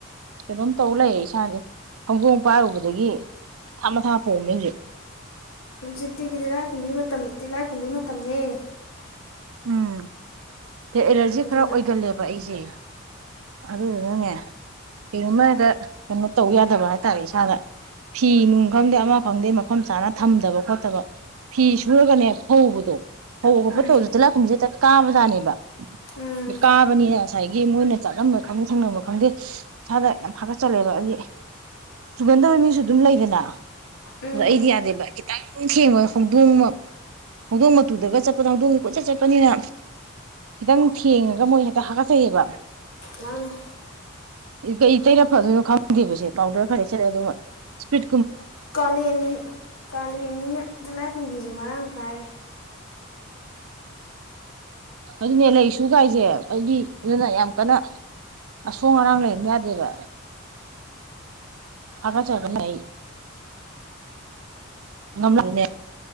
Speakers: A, on the right (about 80°); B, on the left (about 75°).
A: ꯀꯩꯅꯣꯝ ꯇꯧ ꯂꯩꯌꯦ ꯏꯁꯥꯥꯁ ꯍꯧꯪꯒꯣꯡꯝ ꯄꯥꯔꯨꯕꯗꯒꯤ ꯊꯥ ꯃꯊꯥ ꯄꯣꯝꯃꯤꯁꯦ
B: ꯖꯤꯛꯇꯤꯒꯤ ꯇꯤꯂꯥꯏ ꯀꯨꯝꯕꯤ ꯃꯇꯝ ꯇꯤꯂꯥꯏ ꯀꯨꯝꯕꯤ ꯃꯇꯝꯅꯤꯅꯦ
A: ꯎꯝ ꯗ ꯑꯦꯂꯔꯖꯤ
B: ꯑꯗꯨꯅ
A: ꯈꯔ ꯑꯣꯏꯒꯜꯂꯦꯕ ꯑꯩꯁꯦ ꯑꯗꯨꯗꯨꯅꯅꯦ ꯀꯩꯅꯨꯝꯃ ꯍꯦꯛꯇ ꯀꯩꯅꯣ ꯇꯧ ꯌꯥꯗꯕ ꯍꯥꯏꯇꯥꯔꯦ ꯏꯁꯥꯗ ꯐꯤ ꯅꯨꯡ ꯈꯪꯗꯦ ꯑꯃ ꯈꯪꯗꯦ ꯃꯐꯝ ꯆꯥꯅ ꯊꯝꯗꯕ ꯈꯣꯠꯇꯕ ꯐꯤ ꯁꯨꯔꯒꯅꯦ ꯐꯧꯕꯗꯣ ꯐꯧꯕ ꯈꯣꯠꯄ
B: ꯎꯝ
A: ꯇꯧꯕꯗ ꯆꯤꯂꯥꯛꯈꯨꯝꯁꯦ ꯆꯠ ꯀꯥꯕꯖꯥꯅꯦꯕ
B: ꯎꯝ
A: ꯀꯥꯕꯅꯤꯅ ꯉꯁꯥꯏꯒꯤ ꯃꯣꯏꯅ ꯆꯠꯂꯝꯕ ꯈꯪꯗꯦ ꯁꯪꯂꯝꯕ ꯈꯪꯗꯦ ꯏꯁꯥꯗ ꯌꯥꯝ ꯍꯥꯀꯠꯆꯜꯂꯦꯕ ꯑꯩꯗꯤ ꯆꯨꯒꯟꯗꯕ ꯃꯤꯁꯨ ꯑꯗꯨꯝ ꯂꯩꯗꯅ
B: ꯎꯝ
A: ꯑꯗꯨꯗ ꯑꯩꯗꯤ ꯌꯥꯗꯦꯕ ꯈꯤꯇꯪ ꯊꯦꯡꯉꯣꯏ ꯍꯧꯣꯡꯗꯣꯡ ꯍꯧꯣꯡꯗꯣꯡ ꯃꯇꯨꯗꯒ ꯆꯠꯄꯗ ꯍꯧꯗꯣꯡꯁ ꯀꯣꯏꯆꯠ ꯆꯠꯄꯅꯤꯅ ꯈꯤꯇꯪ ꯊꯦꯡꯉꯒ ꯃꯣꯏ ꯍꯦꯛꯇ ꯍꯥꯀꯠꯆꯩꯑꯕ
B: ꯃꯥꯅꯦ
A: ꯀꯩ ꯇꯩꯔ ꯐꯗꯣꯏꯅꯣ ꯈꯪꯗꯦꯕꯁꯦ ꯄꯥꯎꯗꯔ ꯐꯔꯦꯛ ꯁ ꯑꯗꯨꯝ ꯏꯁꯄꯤꯠ
B: ꯀꯂꯤ ꯀꯥꯂꯤ ꯀꯦꯅꯤꯅ ꯂꯥꯏꯈꯨꯝꯕꯤꯁꯦ ꯃꯔꯥꯡ ꯀꯥꯏꯔꯦ
A: ꯑꯗꯨꯅꯦ ꯂꯩꯁꯨ ꯀꯥꯏꯁꯦ ꯑꯩꯗꯤ ꯑꯗꯨꯅ ꯌꯥꯝ ꯀꯟꯅ ꯑꯁꯣꯡ ꯑꯔꯥꯡ ꯂꯩꯍꯟꯕ ꯌꯥꯗꯦꯕ ꯑꯀ ꯆꯕ ꯂꯩ ꯉꯝꯂꯅꯦ